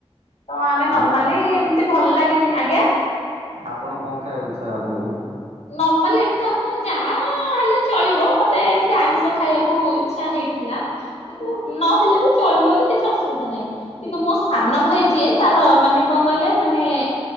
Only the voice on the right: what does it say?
ଆପଣ
ଆପଣ କଣ ଖାଇବାକୁ ଇଚ୍ଛା ହବ ହବ।